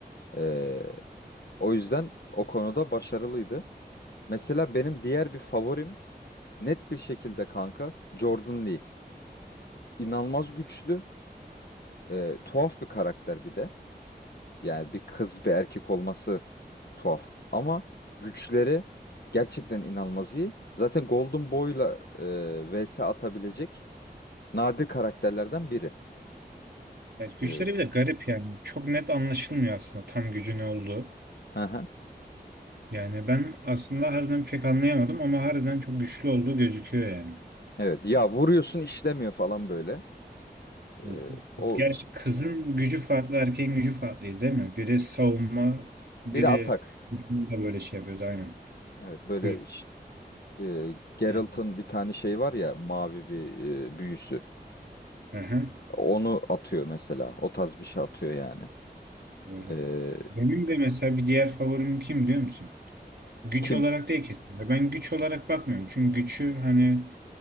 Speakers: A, on the left; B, on the right.
A: Eee, o yüzden o konuda başarılıydı. Mesela benim diğer bir favorim net bir şekilde kanka Jordan Lee. İnanılmaz güçlü. E, tuhaf bir karakter bir de. Yani bir kız bir erkek olması tuhaf. Ama güçleri gerçekten inanılmaz iyi. Zaten Golden Boy'la e, vs atabilecek nadir karakterlerden biri.
B: Evet, güçleri
A: E,
B: bir de garip yani. Çok net anlaşılmıyor aslında tam gücü ne olduğu.
A: hı hı.
B: Yani ben aslında harbiden pek anlayamadım ama harbiden çok güçlü olduğu gözüküyor yani.
A: Evet ya vuruyorsun işlemiyor falan böyle. E,
B: Hı hı.
A: o
B: Gerçi kızın gücü farklı, erkeğin gücü farklıydı değil mi? Biri savunma, biri
A: biri atak.
B: hücumda böyle şey yapıyordu aynen.
A: Evet böyle
B: Hücum.
A: ş- e, Geralt'ın
B: Evet.
A: bir tane şey var ya mavi bir e, büyüsü.
B: Aha,
A: Onu atıyor mesela. O tarz bir şey atıyor yani.
B: doğru.
A: E,
B: Benim de mesela bir diğer favorim kim biliyor musun? Güç
A: kim?
B: olarak değil kesinlikle. Ben güç olarak bakmıyorum. Çünkü gücü hani